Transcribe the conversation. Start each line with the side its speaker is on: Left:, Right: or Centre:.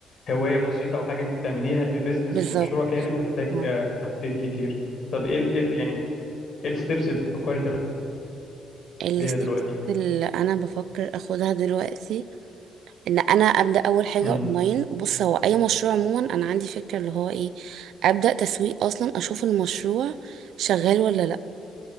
Left: هوايه بسيطه او حاجه انت بتعمليها لبزنس
Right: بالظبط
Left: ومشروع كامل محتاج
Right: اه
Left: آه، تخطيط كتير طب ايه ال- ايه ال- يعني ايه الستبس اللي بتفكري
Right: الستبس
Left: ليها دلوقتي
Right: اللي انا بفكر اخدها دلوقتي ان انا ابدا اول حاجه
Left: امم
Right: اونلاين بص هو اي مشروع عموما انا عندي فكره اللي هو ايه ابدا تسويق اصلا اشوف المشروع شغال ولا لا